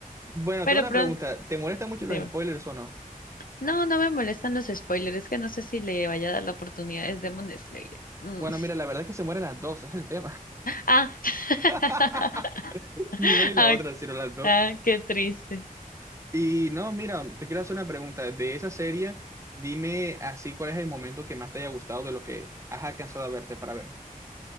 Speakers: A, on the right; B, on the left.
A: Bueno,
B: Pero
A: te hago una
B: pronto,
A: pregunta. ¿Te molestan mucho
B: dime.
A: los spoilers o no?
B: No, no me molestan los spoilers, es que no sé si le vaya a dar la oportunidad, es Demon Slayer. Mm.
A: Bueno, mira, la verdad es que se mueren las dos, <laughs> es el tema.
B: Ah, <laughs>
A: <laughs> Ni una ni la
B: ah,
A: otra, sino las dos.
B: ah, qué triste.
A: Y no, mira, te quiero hacer una pregunta. De esa serie, dime así cuál es el momento que más te haya gustado de lo que has alcanzado a verte para ver.